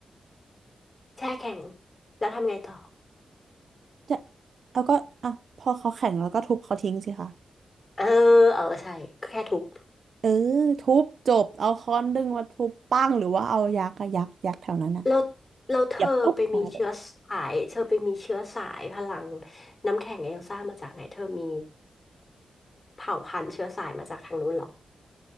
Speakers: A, on the left (about 30°); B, on the right (about 65°).
A: แช่แข็งแล้วทำไงต่อ
B: จะแล้วก็อ่ะพอเขาแข็งแล้วก็ทุบเขาทิ้งสิคะ
A: เออเออใช่แค่ทุบ
B: เออทุบจบเอาค้อนดึงมาทุบปั้งหรือว่าเอายักษ์อะยักษ์ยักษ์แถวนั้นอะ
A: แล้วแล้วเธอไปมีเชื้อสายเธอไปมีเชื้อสายพลัง
B: เหยียบปุ๊บตายเลย
A: น้ำแข็งเอลซ่ามาจากไหนเธอมีเผ่าพันธุ์เชื้อสายมาจากทางนู้นเหรอ